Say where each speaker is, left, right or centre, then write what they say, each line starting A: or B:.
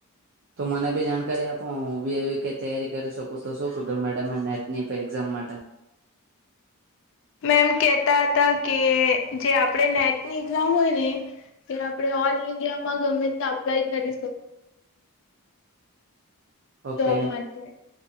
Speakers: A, on the right; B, on the left.
A: તો મને બી જાણકારી આપો હું બી એવી કઈ તૈયારી કરી શકું તો શું કીધું મેડમનેટની એઝામ માટે
B: મેમ કેતા હતા કે જે આપણે નેટની એક્ઝામ હોય ને કે આપડે ઓલ ઈન્ડિયા માં ગમે ત્યાં અપ્લાય કરી શકીએ
A: ઓકે
B: જોબ માટે